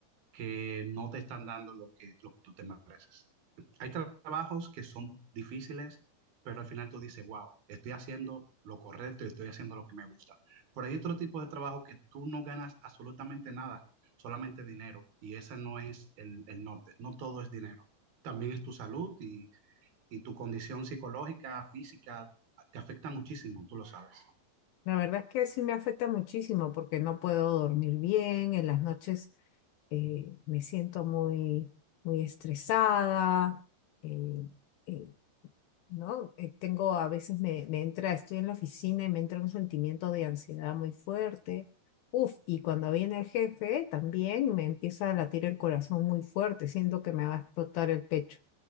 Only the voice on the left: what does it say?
La verdad es que sí me afecta muchísimo porque no puedo dormir bien, en las noches eh, me siento muy, muy estresada, eh, eh, ¿no? Eh, tengo, a veces me, me entra, estoy en la oficina y me entra un sentimiento de ansiedad muy fuerte. Uf, y cuando viene el jefe también me empieza a latir el corazón muy fuerte, siento que me va a explotar el pecho